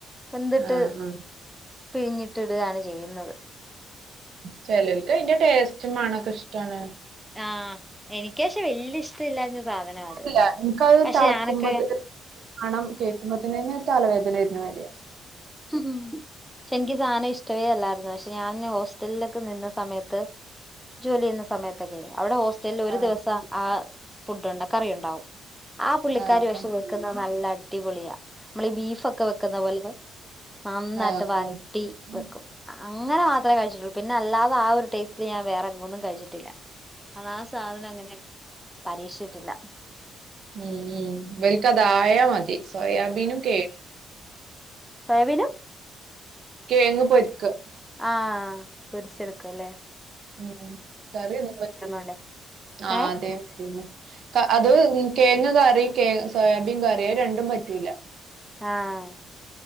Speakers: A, in the centre; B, on the right.
A: വെന്തിട്ട്
B: ആഹ് ആഹ്
A: പിഴിഞ്ഞിട്ട് ഇടാണ് ചെയ്യുന്നത്
B: ചേലോൽക്ക് അയ്ന്റെ ടേസ്റ്റും മ ണൊക്കെ ഇഷ്ടാണ്
A: ആഹ് എനിക്ക് പക്ഷെ വല്യ ഇഷ്ടമില്ലാഞ്ഞ സാധനാ അത്
B: ഇല്ല ന്ക് അത്
A: പക്ഷെ
B: തളക്കുമ്പോ
A: ഞാനൊക്കെ
B: മണം കേൾക്കുമ്പോത്തന്ന തന്നെ തലവേദന വെരുന്ന മാരിയാ
A: ഉം ക്ഷെ എനിക്ക് സാധനം ഇഷ്ടവേ അല്ലായിരുന്നു പക്ഷെ ഞാൻ ഹോസ്റ്റലിലൊക്കെ നിന്ന സമയത്ത് ജോലി യ്യന്ന സമയത്തൊക്കെ അവിടെ ഹോസ് ല്ല് ഒരു
B: ആഹ്
A: ദിവസം ആ ഫുഡ്ണ്ട് ആ കറി ഉണ്ടാവും ആ പുള്ളിക്കാരി
B: ആഹ്
A: ക്ഷേ
B: ആഹ്
A: വെക്കുന്നത് നല്ല അടിപൊളിയാ നമ്മൾ ഈ ബീഫൊക്കെ വെക്കുന്ന പോലെ നന്നായിട്ട്
B: ആഹ്
A: വരട്ടി
B: ആഹ് ആഹ് ആഹ് ഉം
A: വെക്കും അങ്ങനെ മാത്രേ കഴിച്ചിട്ടുള്ളൂ പിന്ന അല്ലാതെ ആ ഒരു ടേസ്റ്റില് ഞാൻ വേറെങ്ങൊന്നും കഴിച്ചിട്ടില്ല ആ ആ സാധനം അങ്ങനെ പരീക്ഷിച്ചിട്ടില്ല
B: ഉം ഉം വൽക്ക് അത ആയ മതി സോയാബീനും കേ
A: സോയബീനും
B: കേങ്ങ് പൊര്ക്ക
A: ആഹ് പിരിച്ചെടുക്കുംല്ലേ
B: ഉം കറി ഒന്നും പറ്റൂല
A: പോലെ
B: ആ
A: ഏ
B: അതെ പിന്നെ ക അത് കെയങ് കറി കെ സോയാബീൻ കറി അഹ് രണ്ടും പറ്റൂല
A: ആഹ്